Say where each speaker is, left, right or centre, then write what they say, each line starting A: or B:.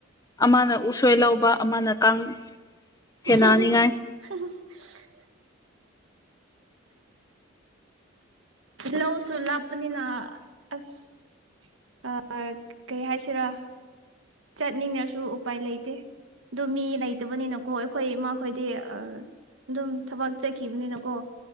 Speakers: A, on the left; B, on the right.
A: ꯑꯃꯅ ꯎꯁꯣꯏ ꯂꯧꯕ ꯑꯃꯅ ꯀꯥꯡ
B: <unintelligible>
A: ꯁꯦꯟꯅꯅꯤꯡꯉꯥꯏ
B: ꯂꯧ ꯁꯨ ꯂꯞꯄꯅꯤꯅ ꯑꯁ ꯑ ꯀꯩ ꯍꯥꯏꯁꯤꯔꯥ ꯆꯠꯅꯤꯡꯉꯁꯨ ꯎꯄꯥꯏ ꯂꯩꯇꯦ ꯑꯗꯨ ꯃꯤ ꯂꯩꯇꯕꯅꯤꯅꯀꯣ ꯑꯩꯈꯣꯏ ꯏꯃꯥ ꯈꯣꯏꯗꯤ ꯑ ꯑꯗꯨꯝ ꯊꯕꯛ ꯆꯠꯈꯤꯕꯅꯤꯅꯀꯣ